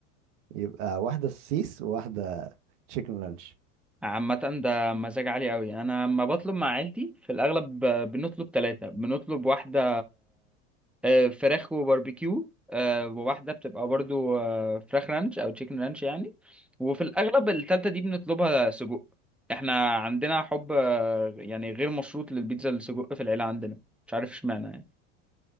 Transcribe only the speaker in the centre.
عامة ده مزاج عالي قوي انا لما بطلب مع عيلتي في الاغلب ب- بنطلب ثلاثة بنطلب واحدة آه، فراخ وباربيكيو آه، وواحدة بتبقى برضو آه، فراخ رانش او تشيكن رانش يعني وفي الاغلب التالتة دي بنطلبها سجق احنا عندنا حب آه، يعني غير مشروط للبيتزا السجق في العيلة عندنا مش عارف اشمعنى يعني